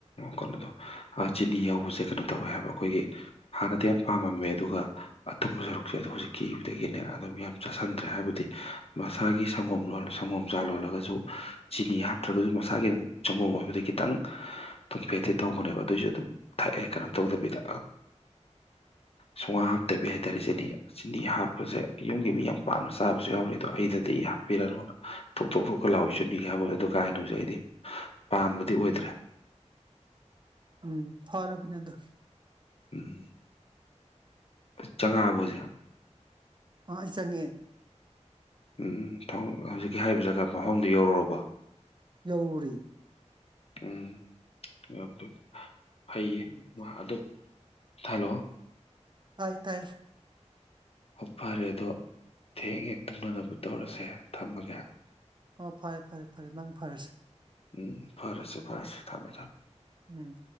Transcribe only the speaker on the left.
ꯀꯩꯅꯣꯗꯣ ꯆꯤꯅꯤ ꯌꯥꯎꯕꯁꯦ ꯀꯩꯅꯣ ꯇꯧꯋꯦ ꯍꯥꯏꯕ꯭ꯔ ꯑꯩꯈꯣꯏꯒꯤ ꯍꯥꯟꯅꯗꯤ ꯌꯥꯝ ꯄꯥꯝꯃꯝꯃꯦ ꯑꯗꯨꯒ ꯑꯊꯨꯝꯕ ꯁꯔꯨꯛꯁꯦ ꯑꯗꯨ ꯍꯧꯖꯤꯛꯀꯤꯕꯗꯒꯤꯅꯦ ꯑꯗꯨꯝ ꯌꯥꯝ ꯆꯥꯁꯤꯟꯗ꯭ꯔꯦ ꯍꯥꯏꯕꯗꯤ ꯃꯁꯥꯒꯤ ꯁꯪꯒꯣꯝ ꯂ‌ꯣꯜꯂ ꯁꯪꯒꯣꯝꯆꯥꯥ ꯂꯣꯜꯂꯒꯁꯨ ꯆꯤꯅꯤ ꯍꯥꯞꯇ꯭ꯔꯒꯁꯨ ꯃꯁꯥꯒꯤ ꯑꯗꯨꯝ ꯆꯪꯒꯣꯝ ꯑꯣꯏꯕꯗꯤ ꯈꯤꯇꯪ ꯊꯨꯝꯐꯦꯠꯇꯤ ꯇꯧꯕꯅꯦꯕ ꯑꯗꯨꯑꯣꯏꯁꯨ ꯑꯗꯨꯝ ꯊꯛꯑꯦ ꯀꯩꯅꯣ ꯇꯧꯗꯕꯤꯗ ꯁꯨꯡꯍꯥꯞ ꯍꯥꯞꯇꯕꯤ ꯍꯥꯏꯇꯥꯔꯦ ꯆꯤꯅꯤ ꯆꯤꯅꯤ ꯍꯥꯞꯄꯁꯦ ꯌꯨꯝꯒꯤ ꯃꯤ ꯌꯥꯝ ꯄꯥꯝꯅ ꯆꯥꯕꯁꯨ ꯌꯥꯎꯔꯤ ꯑꯗꯣ ꯑꯩꯗꯗꯤ ꯍꯥꯞꯄꯤꯔꯅꯨꯅ ꯊꯣꯛꯊꯣꯛ ꯊꯣꯛꯀ ꯂꯥꯎꯋꯤ ꯆꯤꯅꯤꯒ ꯍꯥꯞꯄꯗ ꯑꯗꫭ ꯀꯥ ꯍꯦꯟꯅꯖꯨ ꯑꯩꯗꯤ ꯄꯥꯝꯕꯗꯤ ꯑꯣꯏꯗ꯭ꯔꯦ
ꯎꯝ ꯆꯥꯉꯥꯕꫭ ꯍꯖꯤꯛ
ꯎꯝ ꯊꯕꯛ ꯍꯧꯖꯤꯛꯀꯤ ꯍꯥꯏꯔꯤꯕ ꯖꯒꯥ ꯃꯐꯝꯗꯨ ꯌꯧꯔꯨꯔꯕꯣ
ꯎꯝ ꯌꯥꯝꯗꯨ ꯐꯩꯌꯦ
ꯃꯥ ꯑꯗꯨ ꯍꯜꯂꫭ
ꯑꯣ ꯐꯔꯦ ꯑꯗꯣ ꯊꯦꯡꯉꯦ ꯇꯨꯝꯅꯅꯕ ꯇꯧꯔꯁꯦ ꯊꯝꯃꯒꯦ
ꯎꯝ ꯐꯔꯁꯨ ꯐꯔꯁꯨ ꯊꯝꯃꯨ ꯊꯝꯃꯨ